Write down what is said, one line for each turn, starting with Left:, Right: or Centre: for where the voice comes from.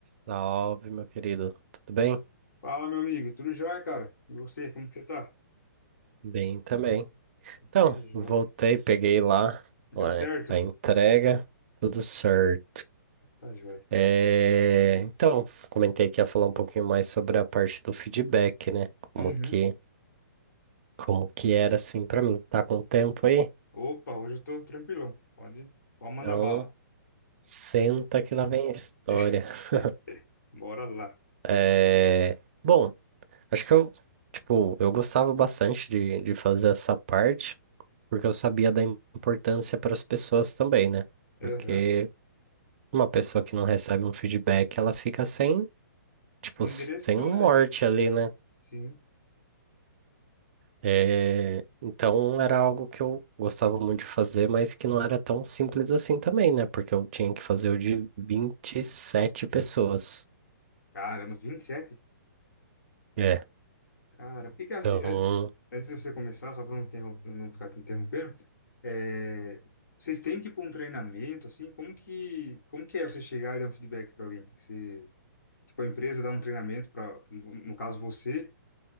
Right: Salve, meu querido. Tudo bem?
Left: Fala, meu amigo. Tudo jóia, cara? E você, como que você tá?
Right: Bem também. Então,
Left: Tá jóia.
Right: voltei, peguei lá,
Left: Deu
Right: lá
Left: certo?
Right: a entrega, tudo certo.
Left: Tá jóia.
Right: É, então, comentei que ia falar um pouquinho mais sobre a parte do feedback, né? Como
Left: Uhum.
Right: que, como que era assim pra mim. Tá com tempo aí?
Left: Opa, hoje eu tô tranquilão. Pode, pode mandar
Right: Então,
Left: bala.
Right: senta que lá vem a história.
Left: <laughs>
Right: <laughs>
Left: Bora lá.
Right: É, bom, acho que eu, tipo, eu gostava bastante de, de fazer essa parte. porque eu sabia da importância para as pessoas também, né?
Left: Aham.
Right: Porque uma pessoa que não recebe um feedback, ela fica sem, tipo,
Left: Sem
Right: sem
Left: direção,
Right: um
Left: né, velho?
Right: norte ali, né?
Left: Sim.
Right: É, então era algo que eu gostava muito de fazer, mas que não era tão simples assim também, né? Porque eu tinha que fazer o de 27 pessoas.
Left: Caramba, 27?
Right: É,
Left: Cara, e cara, assim,
Right: então,
Left: é- antes de você começar, só pra não, interrom- não ficar te interrompendo, é, vocês têm, tipo, um treinamento, assim? Como que, como que é você chegar e dar um feedback pra alguém? Você, tipo, a empresa dá um treinamento pra, no no caso, você...